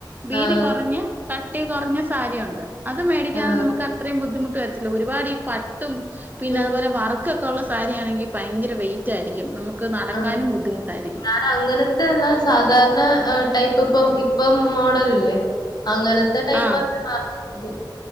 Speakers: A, on the right; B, on the left.
A: വീതി
B: ആഹ്
A: കൊറഞ്ഞ കട്ടി കൊറഞ്ഞ സാരിയ ഒണ്ട് അത് മേടിക്കാൻ
B: ആഹ്
A: നമുക്ക് അത്രയും ബുദ്ധിമുട്ട് വര്ത്തില്ല ഒരുപാട് ഈ പട്ടും പിന്നെ
B: ഉം
A: അതുപോലെ വർക്ക് ഒക്കെ ഒള്ള സാരിയാണെങ്കി ഭയങ്കര വെയിറ്റ് ആയിരിക്കും നമുക്ക് നടക്കാനും
B: ആഹ്
A: ബുദ്ധിമുട്ട് ആയിരിക്കും
B: ഞാൻ അങ്ങനത്തെ അല്ല സാധാരണ ടൈപ്പ് ഇപ്പം ഇപ്പം മോഡല് ഇല്ലേ അങ്ങനത്തെ ടൈപ്പ്
A: ആ
B: മാറണത്